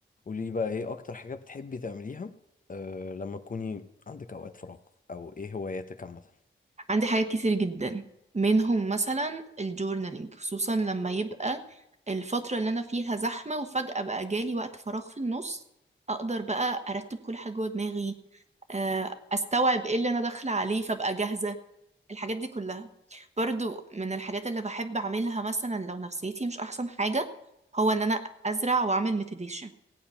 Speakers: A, on the left; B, on the right.
A: قولي لي بقى ايه اكتر حاجة بتحبي تعمليها أه لما تكوني عندك اوقات فراغ او ايه هواياتك عامة
B: عندي حاجات كتير جدا منهم مثلا الجورنالينج خصوصا لما يبقى الفترة اللي أنا فيها زحمة وفجأة بقى جالي وقت فراغ في النص أقدر بقى أرتب كل حاجة جوه دماغي آه، أستوعب إيه اللي أنا داخلة عليه فأبقى جاهزة الحاجات دي كلها برضو من الحاجات اللي بحب أعملها مثلا لو نفسيتي مش أحسن حاجة هو إن أنا أزرع وأعمل مديتيشن